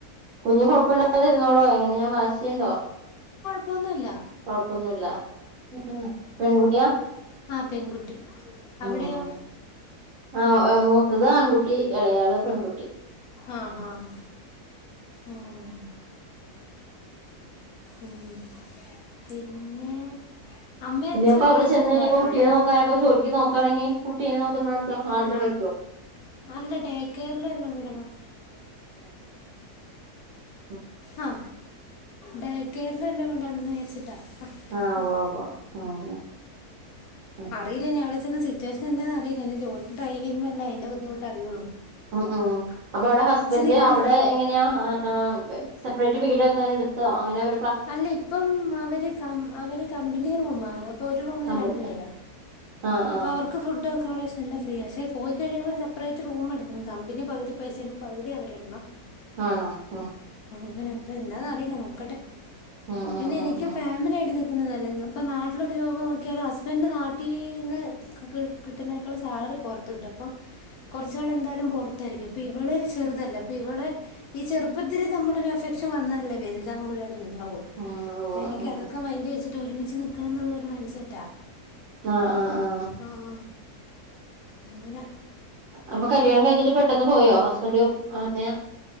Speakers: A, on the right; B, on the left.
A: കുഞ്ഞു കുഴപ്പില്ലാ അതിരുന്നോളോ എന പിന്ന വാശിണ്ടോ
B: പ്പൊന്നുല്ല
A: കൊഴപ്പൊന്നുല്ല മ്മ് പെൺകുട്ടിയാ
B: ആ പെൺകുട്ടി അവിടെയോ
A: ഉം ആ മൂത്തത് ആൺകുട്ടി ഇളയാള് പെൺകുട്
B: ആഹ ആഹ് ഉം ഉം <unintelligible> പിന്നെ അമ്മയും
A: പിന്നെപ്പൊ
B: അച്ഛനൊക്കെ
A: അവിടെ
B: ഏജുള്ളതാണോ
A: ചെന്ന് കഴിഞ്ഞപ്പൊ കുട്ടീ
B: അവിടെ
A: നെ നോക്കാന ജോക്ക് നോക്ക കാണങ്ങി കുട്ടിനെ നോക്കുന്ന
B: കു അല്ല ഡേ കെയറിലും എല്ലാം വിടണം
A: <unintelligible>
B: ആ ടേക്കേറില് ല്ല ഇ ക്കണന്ന് വിചാരിച്ചിട്ടാ ആ
A: ആഹ
B: ആ
A: ഉവ്വ ഉവ്വ ഉം ഉം
B: അറിയില്ലനി അവിടെ സിറ്റുവേഷൻ എന്താ അറിയില്ല നി ജോലിക്ക് ട്രൈചെയ്യുമ്പഴല്ലെ അയിന്റെ ബുദ്ധിമുട്ടറിയുള്ളൂ
A: ഉ ഉം അപ്പൊ അവിടെ ഹസ്ബന്റ്
B: നിക്കുന്ന
A: അവിടെ എങ്ങനെയാ ആ സെപ്പറേറ്റ് വീടൊക്കെങ്ങനെ എടുത്തോ അങ്ങനെവ
B: അല്ല ഇപ്പം അവര് ക അവര് കമ്പനി റൂമാ അപ്പൊ ഒരു റൂമിന്
A: കമ്പനി
B: രണ്ട്പേരാ
A: ആഹ്
B: അപ്പൊ
A: ആഹ്
B: അവർക്ക് ഫുഡ് അക്കോമഡേഷനെല്ല ഫ്രീയാ അക്ഷെ പോയികഴിയുമ്പോ സെപ്പറേറ്റ് റൂം എടുക്കണം കമ്പനി പകുതി പൈസ ണും പകുതി പൈസ അവരെടണം
A: ആണോ ആഹ
B: അങ്ങനെ അപ്പൊ എന്താന്ന് അറിയില്ല നോക്കട്ടെ
A: ആഹ്
B: പിന്നെ
A: ആഹ്
B: എനിക്കും
A: ആഹ് ആഹ്
B: ഫാമിലിയായിട്ട് നി--ക്ക് ന്നല്ലല്ലോ അപ്പം നാട്ടിലൊരു ജോബ് നോക്കിയാൽ ഹസ്ബൻഡ് നാട്ടിൽന്ന് കിട്ട് കിട്ടുന്നതിനേക്കാൾ സാലറി പുറത്തു കിട്ടും അപ്പം കൊർച് നാള് എന്തായാലും പുറത്തായിരിക്കും ഇവള് ചെറ്തല്ലേ ഇവിളെ ഈ ചെറുപ്പത്തില് നമ്മളൊരു അഫെക്ഷൻ വന്നാലല്ലേ വെൽതാവുമ്പോഴത് ഒളു
A: ആഹ്
B: അപ്പൊ
A: ഓ
B: എനിക്ക്
A: ആഹ്
B: അതൊക്കെ മൈന്റ് വെച്ചി ഒരുമിച്ച് നിക്കണന്നുളെളാരു മൈൻ സെറ്റാ
A: ആ ആ ആ
B: അപ്പം ആഹ് അങ്ങനെ
A: അപ്പൊ കല്യാണം കഴിഞ്ഞിട്ട് പെട്ടെന്ന് പോയോ ഹസ്ബൻഡും അനയാ